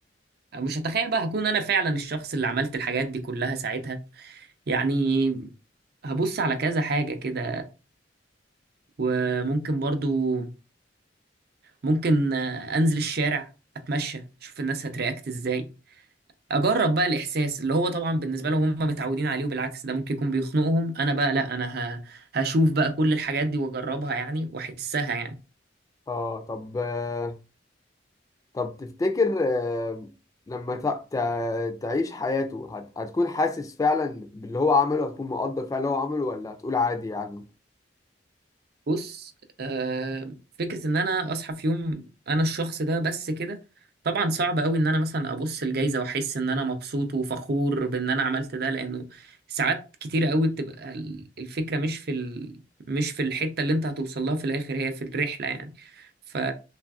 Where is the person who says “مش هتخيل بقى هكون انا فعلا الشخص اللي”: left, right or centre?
Right